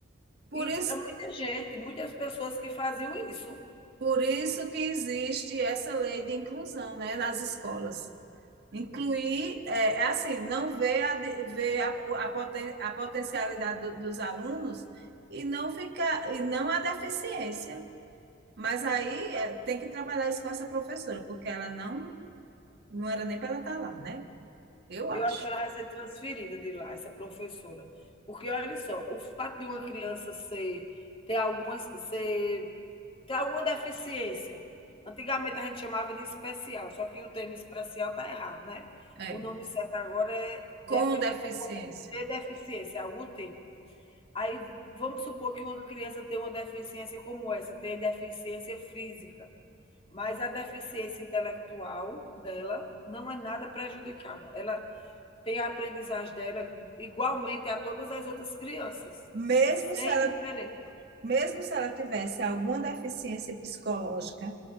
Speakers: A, on the right (about 55°); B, on the left (about 30°).
A: por
B: isso
A: isso
B: era muita gente, muitas pessoas que faziam isso.
A: Por isso que existe essa lei de inclusão, né, nas escolas. Incluir, é, é assim, não ver, a, ver a, a, poten, a potencialidade do, dos alunos e não ficar, e não a deficiência. Mas aí é, tem que trabalhar isso com essa professora, porque ela não, não era nem para ela estar lá, né? Eu
B: Eu
A: acho.
B: acho que ela vai ser transferida de lá, essa professora. Porque olha só, o fato de uma criança ser ter algumas ser ter alguma deficiência. Antigamente a gente chamava de especial, só que o termo especial está errado, né?
A: É,
B: O nome certo agora é defi
A: com deficiência.
B: ter deficiência, algum tipo. Aí vamos supor que uma criança tem uma deficiência como essa, tem deficiência física, mas a deficiência intelectual dela não é nada prejudicada. Ela tem a aprendizagem dela igualmente a todas as outras crianças,
A: Mesmo
B: sem
A: se ela
B: diferença.
A: Mesmo se ela tivesse alguma deficiência psicológica,